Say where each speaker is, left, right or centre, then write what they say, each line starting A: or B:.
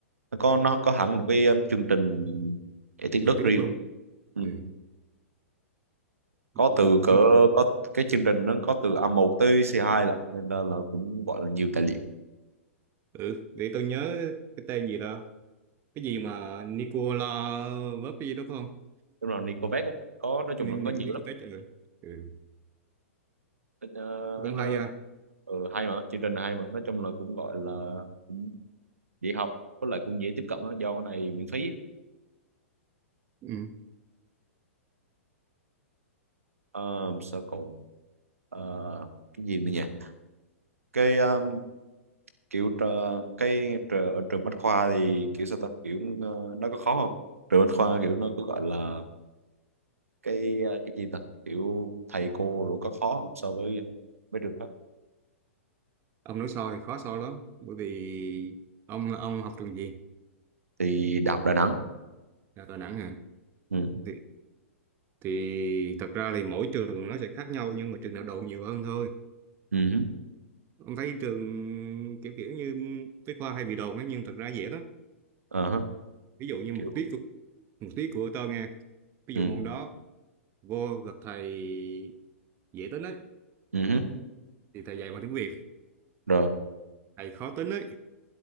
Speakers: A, on the right; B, on the right.
A: nó có nó có hẳn một cái um, chương trình dạy tiếng
B: dạy
A: Đức
B: tiếng
A: riêng
B: Đức luôn.
A: ừ.
B: ừ.
A: có
B: Gì
A: từ cỡ
B: chứ?
A: có cái chương trình nó có từ A1 tới C2 lận nên là, là cũng gọi là nhiều tài liệu
B: Ừ, để tôi nhớ cái tên gì đó. Cái gì mà Nicola Vấp cái gì đó phải không?
A: đúng rồi Nicovec á có nói chung
B: Ni-
A: là
B: Ni-
A: có nhiều
B: Nicotech
A: lắm
B: ừ. ừ.
A: nó,
B: Cũng
A: nó
B: hay ha.
A: ừ, hay mà chương trình này hay mà nói chung là cũng gọi là cũng dễ học với lại cũng dễ tiếp cận á, do cái này miễn phí
B: Ừ.
A: uh, sao còn ờ, cái gì nữa nhỉ cái um, kiểu tr- cái tr- ở trường Bách Khoa thì kiểu sao ta kiểu ờ, nó có khó không trường Bách Khoa kiểu nó có gọi là cái ờ, cái gì ta kiểu thầy cô rồi có khó không so với mấy trường khác
B: Ông nói so thì khó so lắm. Bởi vì ông ông học trường gì?
A: thì Đại học Đà Nẵng
B: Là Đà Nẵng hả?
A: ừ
B: Thì, thì thật ra thì mỗi trường nó sẽ khác nhau nhưng mà trường nào đồn nhiều hơn thôi.
A: ừ hứ,
B: Ông thấy trường kiểu kiểu như Bách Khoa hay bị đồn ấy nhưng thật ra dễ lắm.
A: ờ hứ,
B: Ví dụ như
A: kiểu
B: một tiết của- một tiết của tôi nghe ví
A: ừ
B: dụ môn đó vô gặp thầy dễ tính ấy
A: ừ hứ,
B: thì thầy dạy bằng tiếng Việt
A: rồi
B: thầy khó tính ấy